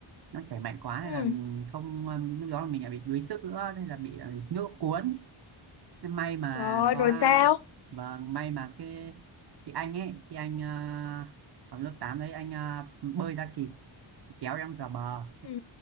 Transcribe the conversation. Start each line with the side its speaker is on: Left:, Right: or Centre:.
Right: nó chảy mạnh quá
Left: Ừ.
Right: nên là không ờ, lúc đó là mình lại bị đuối sức nữa nên là bị ờ, nước cuốn Thế may mà
Left: Rồi,
Right: có
Left: rồi sao?
Right: vâng may mà cái cái anh ấy thì anh ờ, học lớp 8 đấy anh ờ, bơi ra kịp kéo em vào bờ
Left: Ừ,